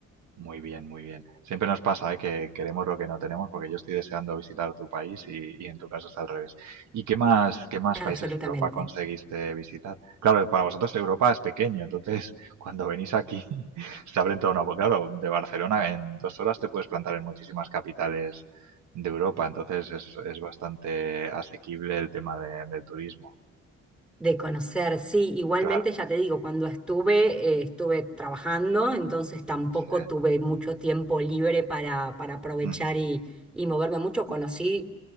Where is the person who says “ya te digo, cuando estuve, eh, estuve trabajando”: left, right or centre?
Centre